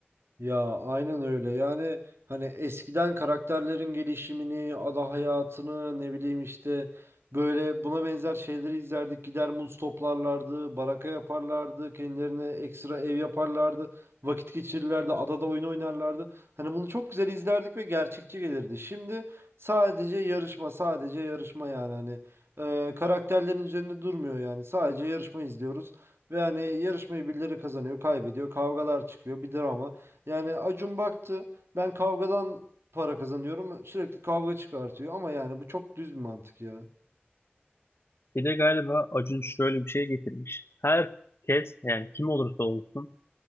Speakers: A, on the right; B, on the left.
A: Ya aynen öyle. Yani hani eskiden karakterlerin gelişimini, ada hayatını, ne bileyim işte böyle buna benzer şeyleri izlerdik. Gider muz toplarlardı, baraka yaparlardı, kendilerine ekstra ev yaparlardı, vakit geçirirlerdi, adada oyun oynarlardı. Hani bunu çok güzel izlerdik ve gerçekçi gelirdi. Şimdi sadece yarışma, sadece yarışma yani hani e, karakterlerin üzerinde durmuyor yani. Sadece yarışma izliyoruz ve hani yarışmayı birileri kazanıyor, kaybediyor, kavgalar çıkıyor, bir drama. Yani Acun baktı ben kavgadan para kazanıyorum sürekli kavga çıkartıyor ama yani bu çok düz bir mantık ya.
B: Bir de galiba Acun şöyle bir şey getirmiş. Herkes yani kim olursa olsun